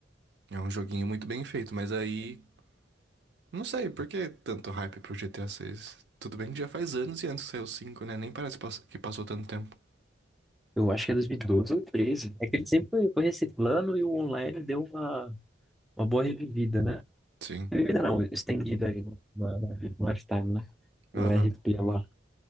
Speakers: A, on the right (about 65°); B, in the centre.
A: é um joguinho muito bem feito, mas aí Não sei, por que tanto hype pro GTA 6? Tudo bem que já faz anos e antes que saiu o cinco né? Nem parece pass- que passou tanto tempo.
B: eu acho que é 2012 ou 13. É que ele sempre foi foi reciclando e o online deu uma Uma boa revivida, né?
A: Sim.
B: Revivida não, estendida aí no- na- na- mais tarde, né? O
A: Aham.
B: RP lá.